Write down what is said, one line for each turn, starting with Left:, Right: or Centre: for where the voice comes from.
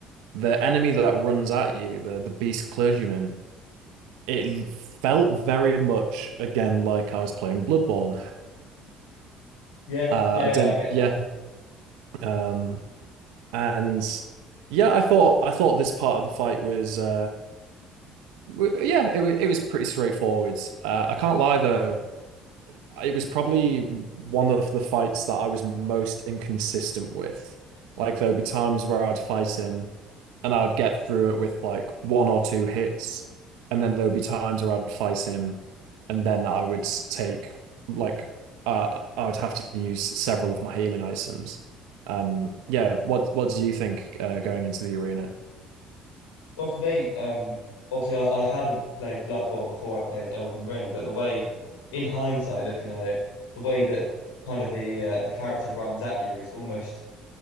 Right: the enemy that runs at you, the the beast clergyman, it felt very much again like I was playing Bloodborne.
Left: Yeah,
Right: Uh,
Left: yeah,
Right: I didn't,
Left: yeah, I get
Right: yeah,
Left: that.
Right: um, and yeah, I thought I thought this part of the fight was uh, W- Yeah, it, wa- it was pretty straightforward. Uh, I can't lie though, it was probably one of the fights that I was most inconsistent with. Like there would be times where I'd fight him, and I would get through it with like one or two hits, and then there would be times where I'd fight him, and then I would take like uh, I would have to use several of my healing items. Um, yeah, what what did you think uh, going into the arena?
Left: Well, for me, um, obviously I, I hadn't played Bloodborne before I played Elden Ring, but the way, in hindsight, looking at it, the way that kind of the uh, the character runs at you is almost